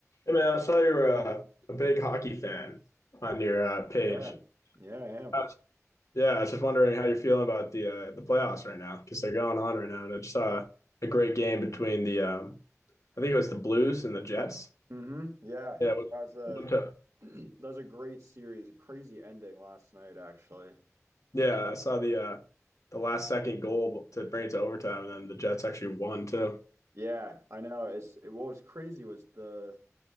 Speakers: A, on the left; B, on the right.
A: Hey man, I saw you're uh, a big hockey fan on your uh, page.
B: Yeah, yeah, I am.
A: Uh, yeah, I was just wondering how you're feeling about the uh, the playoffs right now because they're going on right now. And I just saw a great game between the um, I think it was the Blues and the Jets.
B: Mm-hmm. Yeah,
A: Yeah, it was-
B: that was a
A: went to-
B: <clears throat> that was a great series, a crazy ending last night, actually.
A: yeah, I saw
B: Yeah,
A: the uh, the last second goal to bring it to overtime, and then the Jets actually won too.
B: Yeah,
A: Yeah,
B: I know. It's it, what was crazy was the